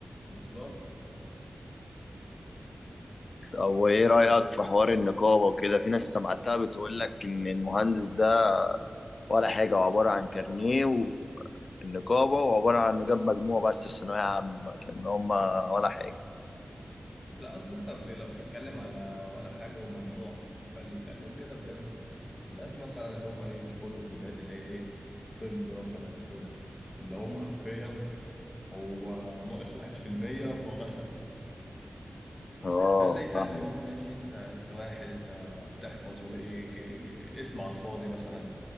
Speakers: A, on the left; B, on the left.
A: بالظبط
B: أو إيه رأيك في حوار النقابة وكده في ناس سمعتها بتقول لك إن المهندس ده ولا حاجة هو عبارة عن كارنيه النقابة وعبارة عن إنه جاب مجموع بس في ثانوية عامة كان هما ولا حاجة
A: لا اصل انت بت- لو بتتكلم على ولا حاجة ومجموع فاللي يتقال لهم كده بجد ناس مثلا اللي هم ايه بيدخلوا كليات اللي هي ايه طب مثلا وكده اللي هم حرفيا هو ناقص واحد في المية فهو دخل
B: اه
A: ده اللي يتقال
B: فاهمك
A: لهم ماشي انت انت واحد انت بتحفظ وايه ك- ك- اسم على الفاضي مثلا